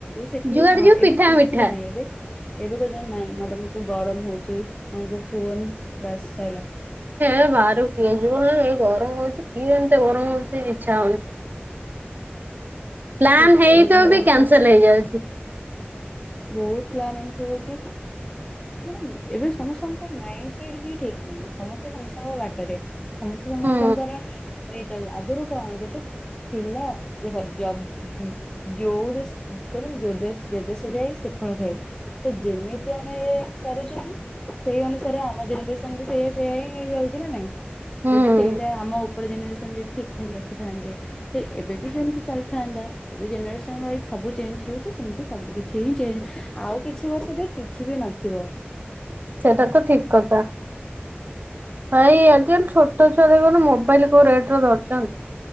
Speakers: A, on the left; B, on the right.
A: ସେଠି
B: ଯୁଆଡେ
A: ହଁ
B: ଯିବୁ ପିଠା
A: ଏବେ କିଛି
B: ମିଠା
A: ବି ନାହିଁ ଏବେ ଏବେ କ ନାଇଁ ମା ତମକୁ ଗରମ ହଉଛି ଆମକୁ ଫୋନ୍ ବାସ୍ ସାଇଲା
B: ସେ ଭାଆରୁ କିଏଯିବ ଏଇ ଗରମ ହେଉଛି କିଏ ଏମିତି ଗରମରେ ଇଚ୍ଛା ହଉନି ପ୍ଲାନ୍
A: କେତେ
B: ହେଇଥିବ
A: ଏଇଭଳିଆ
B: ବି କ୍ୟାନସେଲ ହେଇଯାଉଛି
A: ବହୁତ ପ୍ଲାନ୍ ଏମିତି ହଉଛି ଏବେ ସମସ୍ତଙ୍କ ମାଇଣ୍ଡି ସେଟ୍ ହିଁ ଠିକ୍ ନାହିଁ ସମସ୍ତେ ସମସ୍ତଙ୍କ ବାଟରେ ସମସ୍ତେ ସମସ୍ତଙ୍କର
B: ହୁଁ
A: ଏ ଆଗରୁ କଣ ଗୋଟେ ଥିଲା ଯଦି ଯୋଉ ଦେ କହନ୍ତିନି ଯୋଉ ଦେ ଯେ ଦେଶ ଯାଇ ସେ ଫଳ ଖାଇ ତ ଯେମିତି ଆମେ କରୁଛନ୍ତି ସେଇ ଅନୁସାରେ ଆମ ଜେନେରେସନ୍ ବି ସେଇଆ ସେଇଆ ହିଁ ହେଇଯାଉଛି ନା ନାଇଁ
B: ହୁଁ।
A: ଯଦି ସେଇଟା ଆମ ଉପର ଜେନେରେସନ୍ ଯଦି ଠିକ୍ ଠାକ୍ ରଖିଥାଆନ୍ତେ ସେ ଏବେ ବି ସେମିତି ଚାଲିଥାନ୍ତା ଏ ଜେନେରେସନ୍ ୱାଇଜ ସବୁ ଚେଞ୍ଜ ହଉଛି ସେମିତି ସବୁ କିଛି ହିଁ ଚଞ୍ଜ ଆଉ କିଛି ବର୍ଷ ଦେଖେ କିଛି ବି ନଥିବ
B: ସେଟା ତ ଠିକ୍ କଥା ଭାଇ ଆଜିକାଲି ଛୋଟ ଛୁଆ ଦେଖନ୍ତୁ ମୋବାଇଲି କୋଉ ରେଟ୍ ରେ ଧରିଛନ୍ତି